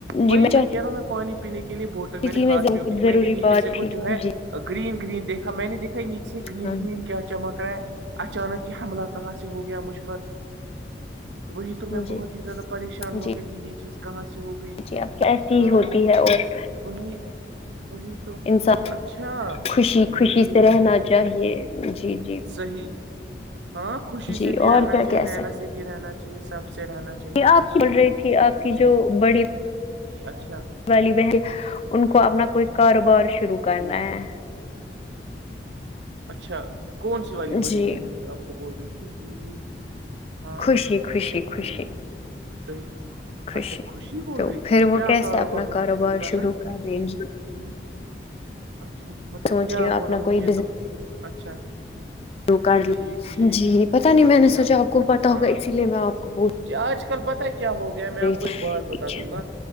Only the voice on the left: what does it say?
جی
چاہتی
تھی
کچھ ضروری
بات
تھی
جی
ہاں
جی
جی
جی اب تو ایسی
ہی ہوتی ہے اور
انسان
خوشی خوشی
سے رہنا
چاہیے جی جی
جی
اور
کیا
کہہ
یہ
آپ کی
بول رہی تھی آپ کی
جو بڑی
والی بہن ان کو اپنا کوئی کاروبار شروع
کرنا ہے
جی
خوشی خوشی خوشی
خوشی
تو
پھر وہ
کیسے
اپنا
کاروبار
شروع
کر رہیں
سوچ
رہی ہوں اپنا
کوئی
و کر لو
جی پتا نہیں میں
نے سوچا آپ کو پتا
ہوگا اسی لیے میں آپ کو پوچ
تھی